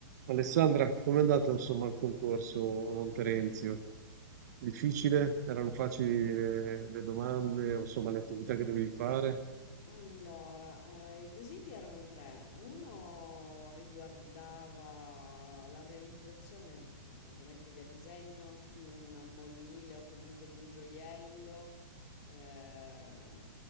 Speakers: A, on the right (about 45°); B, on the left (about 35°).
A: Alessandra, com'è andato insomma il concorso non Terenzio? Difficile? Erano facili le, le domande, o, insomma le attività che dovevi fare?
B: Allora, eh, i quesiti erano tre. Uno riguardava la realizzazione, ovviamente via disegno, di un monile o comunque di un gioiello ehm,